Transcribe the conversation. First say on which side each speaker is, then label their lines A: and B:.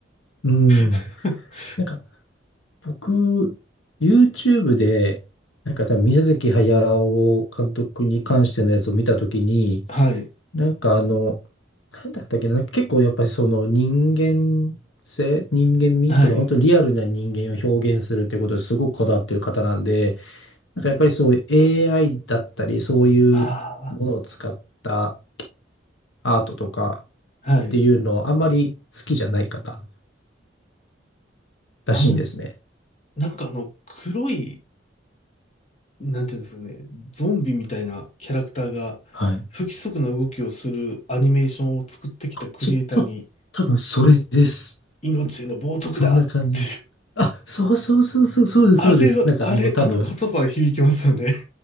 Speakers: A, on the left; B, on the left.
A: うん。
B: <laughs>
A: なんか、僕、YouTube で、なんか多分宮崎駿監督に関してのやつを見たときに、
B: はい。
A: なんかあの、なんだったっけな、なんか結構やっぱりその人間性、人間味、
B: はい。
A: その本当にリアルな人間を表現するってことですごくこだわってる方なんで、なんかやっぱりそういう AI だったり、そういうものを使った
B: あ
A: アートとか
B: あ、はい。
A: っていうのをあんまり好きじゃない方らしいんですね。
B: あの、なんかあの、黒い、なんていうんですかね、ゾンビみたいなキャラクターが、
A: はい。
B: 不規則な動きをするアニメーションを作ってきたクリエイターに、
A: そ、そ、多分それです。
B: 命への冒涜だって
A: そんな感じです。あ、そうそうそうそう、そうです、
B: あれは、
A: そうです。なんかもう多分、
B: あれ、あの言葉は響きますよね。